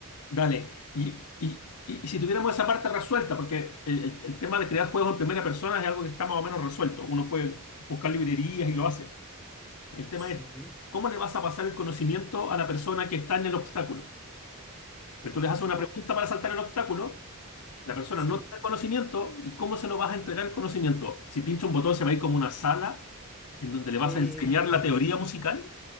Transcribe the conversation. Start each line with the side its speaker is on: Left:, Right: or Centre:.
Left: Dale, y, y- y- y si tuviéramos esa parte resuelta, porque el, el- el tema de crear juegos en primera persona es algo que está más o menos resuelto, uno puede buscar librerías y lo hace. El
Centre: Sí.
Left: tema es, ¿cómo le vas a pasar el conocimiento a la persona que está en el obstáculo? Pues tú les haces una
Centre: Co-
Left: pregunta para saltar el obstáculo, la persona
Centre: sí.
Left: no tiene el conocimiento, ¿y cómo se lo vas a entregar el conocimiento? Si pincha un botón se va a ir como una sala en donde le vas
Centre: Eh,
Left: a enseñar la teoría musical.